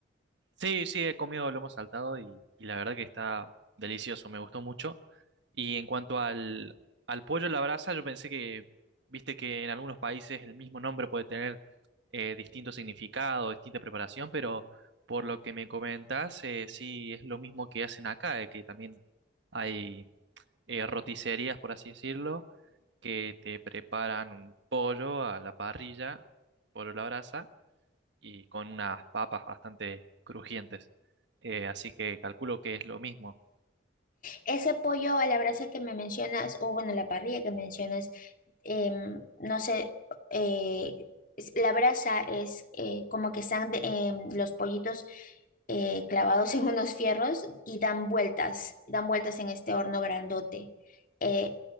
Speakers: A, on the right (about 60°); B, on the left (about 40°).
A: Sí, sí, he comido lomo saltado y, y la verdad que está delicioso, me gustó mucho. Y en cuanto al, al pollo a la brasa, yo pensé que, viste que en algunos países el mismo nombre puede tener eh, distinto significado, distinta preparación, pero por lo que me comentas, eh, sí es lo mismo que hacen acá, eh, que también hay eh, roticerías, por así decirlo, que te preparan un pollo a la parrilla, pollo a la brasa y con unas papas bastante crujientes. Eh, así que calculo que es lo mismo.
B: Ese pollo a la brasa que me mencionas, o bueno, la parrilla que mencionas, em, no sé, eh, es- la brasa es eh, como que están de- em, los pollitos eh, clavados <laughs> en unos fierros y dan vueltas, dan vueltas en este horno grandote. Eh,